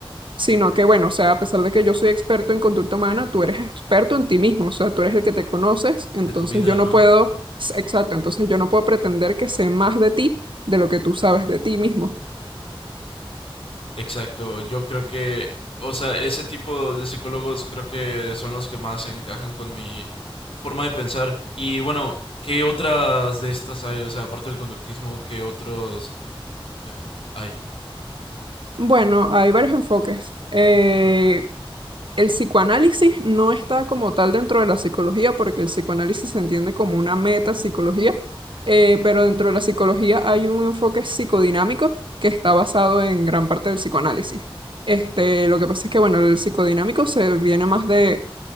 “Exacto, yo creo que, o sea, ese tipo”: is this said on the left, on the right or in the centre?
Left